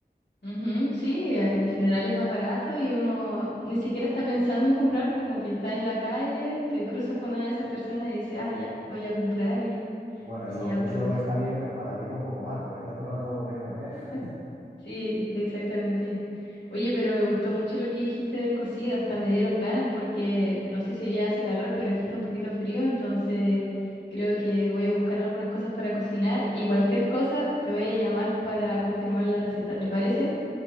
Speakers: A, on the left; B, on the right.
A: ujú, sí, eh, en general es más barato y uno ni siquiera está pensando en comprar, como que está en la calle, te cruzas con una de esas personas y dices, ah, ya, voy a comprar y,
B: Bueno,
A: y
B: eso,
A: aprovechas.
B: eso está bien, pero para la dieta un poco mal, porque estás todo el rato queriendo comer.
A: <laughs>
B: <laughs>
A: Sí, exactamente. Oye, pero me gustó mucho lo que dijiste del cocido, hasta me dieron ganas porque no sé si ya hace calor, pero aquí está un poquito frío, entonces creo que voy a buscar algunas cosas para cocinar y cualquier cosa te voy a llamar para confirmar la receta, ¿te parece?